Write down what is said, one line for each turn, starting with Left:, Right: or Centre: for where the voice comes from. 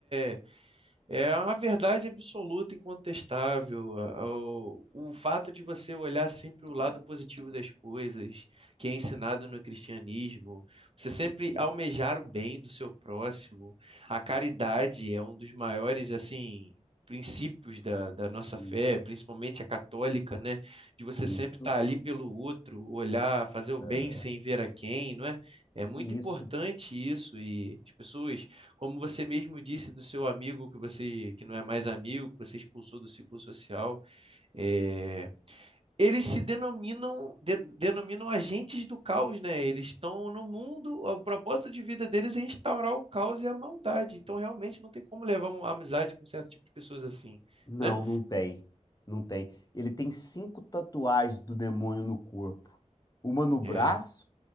Right: é- é- é a verdade absoluta, incontestável. a- ao- O, o fato de você olhar sempre o lado positivo das coisas, que é ensinado no cristianismo, você sempre
Left: Uhum.
Right: almejar o bem do seu próximo. A caridade é um dos maiores, assim, princípios da, da nossa
Left: Isso.
Right: fé, principalmente a católica, né? De você
Left: isso.
Right: sempre estar ali pelo outro, olhar, fazer o
Left: É.
Right: bem sem ver a quem, não é? É muito
Left: Isso,
Right: importante isso e as pessoas como você mesmo disse do seu amigo que você que não é mais amigo, que você expulsou do ciclo social, é, eles se denominam de- denominam agentes do caos, né? Eles estão no mundo, o propósito de vida deles é instaurar o caos e a maldade. Então, realmente não tem como levar uma amizade com certo tipo de pessoas assim,
Left: Não,
Right: né?
Left: não tem. Não tem. Ele tem cinco tatuagens do demônio no corpo. Uma no braço,
Right: É,